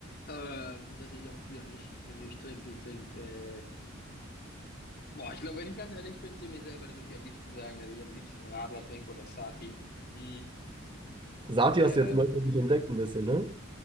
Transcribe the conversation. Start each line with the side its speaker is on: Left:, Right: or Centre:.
Left: Äh, dass ich auch Bier nicht. Also ich trinke, ich trinke, äh, boah, ich glaube, wenn ich ganz ehrlich bin zu mir selber, dann würde ich am liebsten sagen, dass ich am liebsten Radler trinke oder Sati. Hm.
Right: Sati
Left: Äh,
Right: hast du jetzt neu für dich entdeckt ein bisschen, ne?